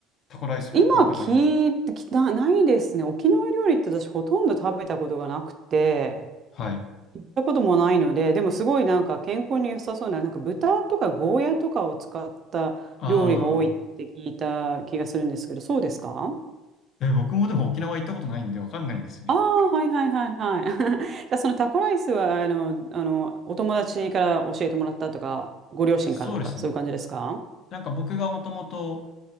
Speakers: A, on the left; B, on the right.
A: タコライスは僕の夢。
B: 今聞いてきた、ないですね。沖縄料理って私ほとんど食べたことがなくて、
A: はい。
B: 行ったこともないので、でもすごいなんか健康に良さそうな、なんか豚とかゴーヤとかを使った料理が多いって聞いた気がするんですけど、
A: あ
B: そうですか
A: ー、え、僕もでも沖縄行ったことないんでわかんないんですよね。
B: ああ、はいはいはいはい。<laughs> じゃあそのタコライスは、あの、あの、お友達から教えてもらったとか、ご両親からとか、
A: そうですね。
B: そういう感じですか
A: なんか僕がもともと